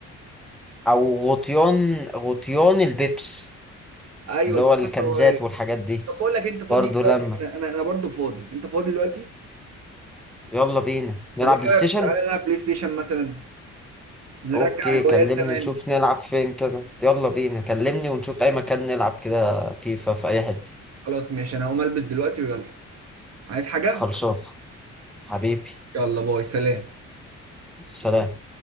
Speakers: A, in the centre; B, on the right.
A: او غطيان غطيان البيبس
B: ايوه
A: اللي
B: دي
A: هو الكنزات
B: برضه هوايه
A: والحاجات دي
B: طب بقول لك انت فاضي
A: برضه
B: دلوقتي
A: لما
B: انا انا انا برضه فاضي انت فاضي دلوقتي
A: يلا بينا نلعب
B: طب ايه
A: بلاي
B: رايك
A: ستيشن
B: تعالى نلعب بلاي ستيشن مثلا نرجع
A: اوكي كلمني
B: هوايات زمان
A: نشوف نلعب فين كده يلا بينا كلمني ونشوف اي مكان نلعب كده فيفا في اي حته
B: خلاص ماشي انا هقوم البس دلوقتي ويلا عايز حاجه
A: خلصان حبيبي
B: يلا باي سلام
A: سلام